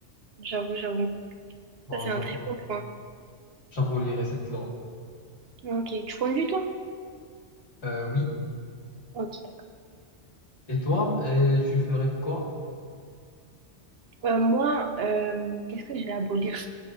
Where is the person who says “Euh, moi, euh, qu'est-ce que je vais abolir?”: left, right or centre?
Right